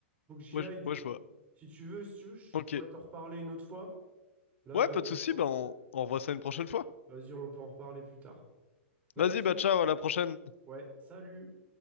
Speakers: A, on the right; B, on the left.
A: faut que j'y
B: Ouais,
A: aille,
B: je
A: du
B: ouais, je
A: coup.
B: vois.
A: Si tu veux, si tu veux, je
B: Ok,
A: pourrais t'en reparler une autre fois. Là, euh,
B: Ouais, pas
A: là,
B: de souci,
A: je pense
B: bah on,
A: que...
B: on revoit ça une prochaine fois.
A: Vas-y, on peut en reparler plus tard. Vas-y.
B: Vas-y, bah ciao, à la prochaine.
A: Ouais, salut.